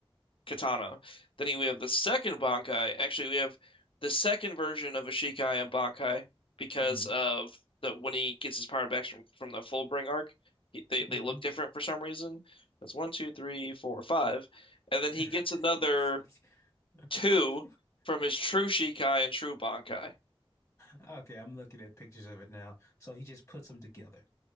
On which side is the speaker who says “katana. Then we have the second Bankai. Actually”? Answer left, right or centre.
Left